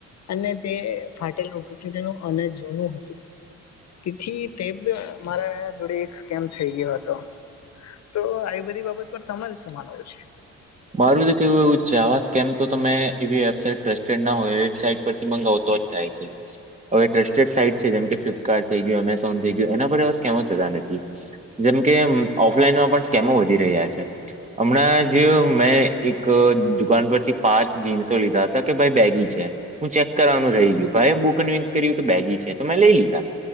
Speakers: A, on the left; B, on the right.
A: અને તે ફાટેલુંનું અને જૂનું તેથી તે મારા જોડે એક સ્કેમ થઈ ગયો હતો તો આવી બધી બાબત પણ તમારે શું માનવું છે.
B: મારું તો કેવું એવું જ છે આવા સ્કેમ તો તમે એવી વેબસાઇટ ટસ્ટેડ નાયઇટ પરથી મંગાવતોજ થાય છે. હવે ટ્રસ્ટેડ સાઈટ છે જેમ કે ફ્લિપકાર્ટ થઈ ગયું એમેઝોન થઈ ગયું એના પર બસ કેવ જતા નથી જેમકે ઓફલાઈનમાં પણ સ્કેમો વધી રહ્યા છે હમણાં જોયુ મેં એક દુકાન પરથી પાંચ જીન્સો લીધા હતા કે ભાઈ બેગી છે. હું ચેક કરવાનું રહી ગયું ભાઈ બુ કન્વિન્સ કર્યું કે બેગી છે તો મેં લઈ લીધા